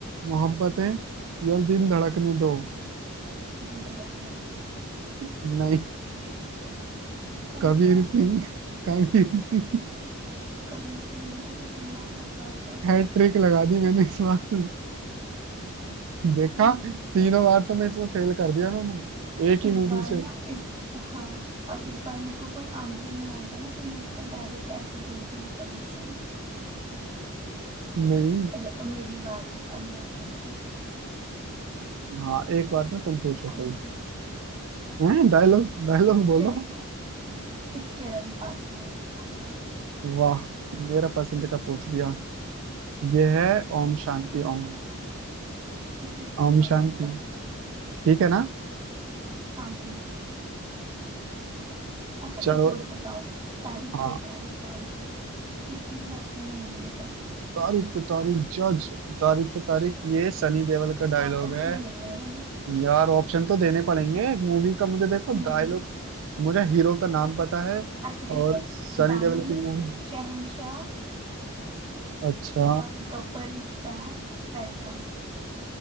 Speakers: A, on the right (about 65°); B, on the right (about 25°).
A: मोहब्बतें या दिल धड़कने दो
B: दिल धड़कने दो
A: नहीं
B: कौन
A: कबीर
B: सा है
A: सिंह
B: फिर
A: कबीर सिंग
B: कबीर सिंह को कितनी बार हर पाएगा
A: हैट्रिक लगा दी मैंने इस बार देखा
B: हम्म,
A: तीनों बार तो मैं इसमें फेल कर दिया मैंने एक ही
B: इस
A: मूवी
B: बार
A: से
B: ना
A: <laughs>
B: इस हाँ और इस बार मेरे को कोई आंसर नहीं आया था ना तो मैं उसका डायरेक्ट ऐसे ही बोल दूंगी कबीर सिंह को।
A: नहीं
B: चलो अब मेरी बारी अब मैं पूछती हूँ
A: हाँ एक बात ना तुम पूछो
B: Are
A: कोई
B: you ready
A: हैं डायलॉग डायलॉग
B: Picture
A: बोलो
B: Picture अभी बाकी है मेरे दोस्त
A: वाह मेरा पसंद का पूछ दिया ये है ओम शांति ओम
B: Let's see
A: ओम
B: got
A: शांति
B: it right
A: ठीक है ना
B: हाँ बढ़िया अच्छा
A: चलो
B: एक वर्ड बताओ तारीख
A: हाँ
B: पे तारीख तारीख पे तारीख इसके लिए ऑप्शन नहीं मिलेंगे पर
A: तारीख पे तारीख जज तारीख पे तारीख ये सनी देओल का डायलॉग
B: ऑप्शंस
A: है
B: नहीं मिलने वाले
A: यार ऑप्शन तो देने पड़ेंगे मूवी का मुझे देखो
B: नहीं
A: डायलॉग मुझे हीरो का नाम पता है
B: अच्छा ठीक
A: और
B: है
A: सनी
B: दामिनी
A: देओल की मूवी
B: शहंशाह
A: अच्छा
B: और Gabbar is back Welcome